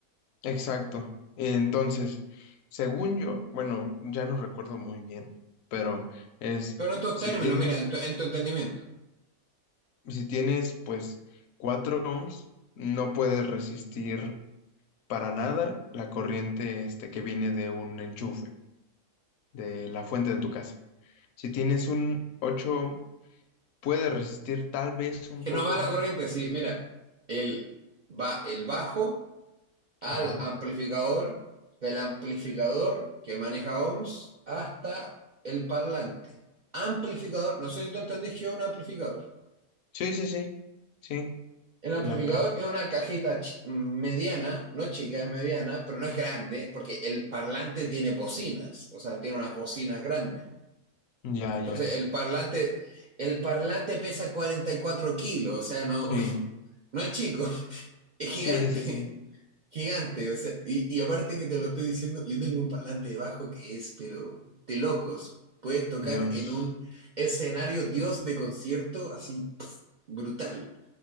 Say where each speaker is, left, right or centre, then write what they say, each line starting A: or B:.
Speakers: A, on the left; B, on the right.
A: exacto. Entonces, según yo, bueno, ya no recuerdo muy bien, pero es
B: Pero en tus
A: si
B: términos,
A: tienes,
B: mira, en tu, en tu entendimiento.
A: si tienes pues cuatro ohms, no puedes resistir para nada la corriente este que viene de un enchufe, de la fuente de tu casa. Si tienes un 8 ohm, puedes resistir tal vez un
B: Que
A: poco
B: no va
A: más.
B: la corriente así, mira, el, va el bajo al
A: Ajá.
B: amplificador, del amplificador que maneja ohms hasta el parlante. Amplificador, no sé si tú entendís que es un amplificador.
A: Sí, sí, sí. Sí,
B: El amplificador
A: el ampli.
B: es una cajita mediana, no chica, es mediana, pero no es grande, porque el parlante tiene bocinas, o sea, tiene unas bocinas grandes.
A: Ya,
B: Entonces,
A: ya.
B: el parlante, el parlante pesa 44 kilos, o sea, no,
A: Sí.
B: <laughs> no es chico, <laughs> es gigante,
A: Sí, sí, sí.
B: gigante, o sea, y, y aparte que te lo estoy diciendo, yo tengo un parlante debajo que es, pero de locos, puedes tocar
A: Dios.
B: en un escenario dios de concierto así pff, brutal.